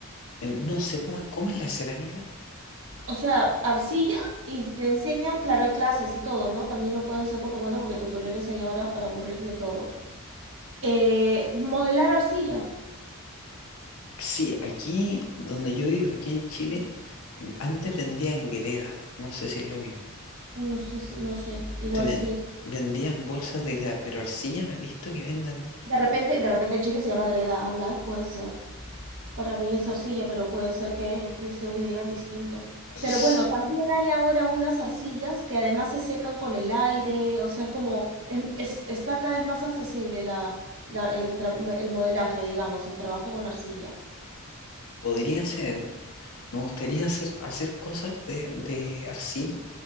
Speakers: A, on the left (about 70°); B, on the right (about 60°).
A: Eh, No sé cómo, es- cómo es la cerámica.
B: O sea, arcilla y te enseñan, claro, hay clases y todo, ¿no? También lo puedes hacer por tu cuenta porque tutoriales hay ahora para aburrir de todo. Eh, modelar arcilla,
A: Sí, aquí donde yo vivo, aquí en Chile, m- antes vendían greda. No sé si es lo mismo.
B: no sé, si- no sé, igual
A: Te ven-
B: sí.
A: vendían bolsas de greda, pero arcilla no he visto que vendan.
B: De repente, de repente en Chile se llama greda, hablas, puede ser. Para mí es arcilla, pero puede ser que, que ustedes le digan distinto.
A: S-
B: Pero bueno, también hay ahora unas arcillas que además se secan con el aire, o sea, es como, es- es- está cada vez más accesible la, la- el, tra- el modelaje, digamos, el trabajo con arcilla.
A: Podría ser, me gustaría hacer, hacer cosas de, de arcilla